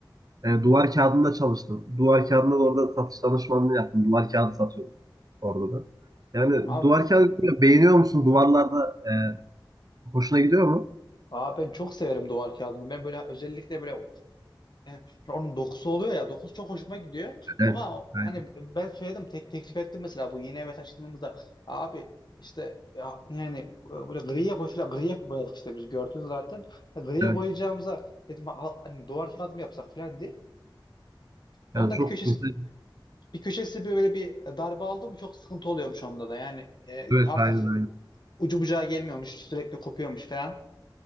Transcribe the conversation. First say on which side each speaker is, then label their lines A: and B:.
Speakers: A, on the right (about 45°); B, on the left (about 55°).
A: E, duvar kağıdında çalıştım. Duvar kağıdında da orada satış danışmanlığı yaptım. Duvar kağıdı satıyordum orada da. Yani
B: Abi,
A: duvar kağıdı bilmiyorum, beğeniyor musun? Duvarlarda e, hoşuna gidiyor mu?
B: abi ben çok severim duvar kağıdını. Ben böyle özellikle böyle E, Onun dokusu oluyor ya dokusu çok hoşuma gidiyor
A: Evet.
B: ama o- hani
A: Evet.
B: ben söyledim tek teklif ettim mesela bu yeni eve taşındığımızda abi işte ya, yani e, böyle gri yapı falan gri yapı boyadık işte biz gördün zaten E, griye
A: evet.
B: boyayacağımıza dedim "Al- hani duvar kağıdı mı yapsak falan diye onda
A: Yani çok
B: bir köşesi
A: mesela
B: bir köşesi böyle bir darbe aldı mı çok sıkıntı oluyormuş onda da yani e,
A: evet
B: artık
A: aynen
B: ucu bucağı gelmiyormuş sürekli kopuyormuş falan